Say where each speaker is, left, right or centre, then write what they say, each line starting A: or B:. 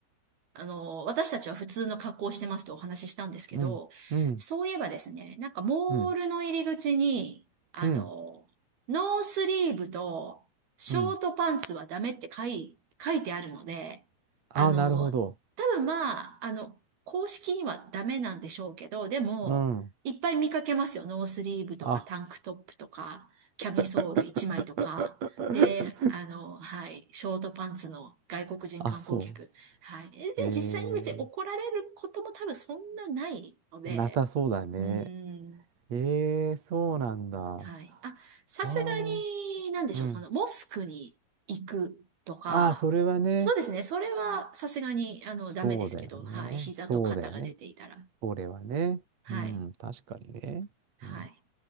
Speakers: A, on the right (about 60°); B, on the right (about 40°).
A: あの、私たちは普通の格好をしてますとお話ししたんですけど、
B: うん、うん、
A: そういえばですね、なんかモールの入り口に、
B: うん、
A: あの、
B: うん、
A: ノースリーブとショートパンツはダメって書い、
B: うん。
A: 書いてあるので、
B: あ、
A: あの、
B: なるほど。
A: 多分まあ、あの、公式にはダメなんでしょうけど、でも、
B: うん。
A: いっぱい見かけますよ。ノースリーブとかタンクトップとか、
B: あ。
A: キャミソール1枚とか。
B: <laughs>
A: で、あの、はい、ショートパンツの外国人観光客。
B: あ、そ
A: はい。で、
B: う。え
A: 実際に別に怒られることも多分そんなないので、
B: ー、なさそうだね。
A: うーん。
B: ええそうなんだ。あ
A: はい。あ、さすが
B: あ、
A: に、なんでしょう、
B: うん。
A: その、モスクに行くとか、
B: ああ、それはね、
A: そうですね、それはさすがに、あの、
B: そうだよね。
A: ダメですけど、はい。膝と肩が出ていたら。
B: そうだよね。それはね。
A: はい。
B: うん、確かにね。
A: はい。
B: うん、